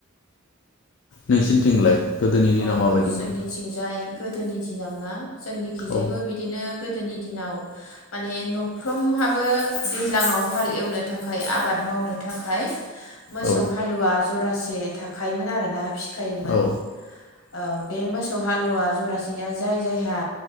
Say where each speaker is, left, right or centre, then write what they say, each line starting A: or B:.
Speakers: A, on the left; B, on the left.
A: नोंसिनिथिंलाय गोदोनि दिनाव
B: औ
A: माबायदिमोन
B: जोंनिथिंजाय गोदोनि दिनावना जोंनि खिजायबो
A: औ
B: बिदिनो गो गोदोनि दिनाव माने न'फ्रोमहाबो दैज्लाङाव हाल एवनो थाखाय आबाद मावनो थाखाय मोसौ
A: औ
B: हालुवा जरासे थाखायोमोन आरोना खायोमोन
A: औ
B: ओ बे मोसौ हालुवा जरासेया जाय जायहा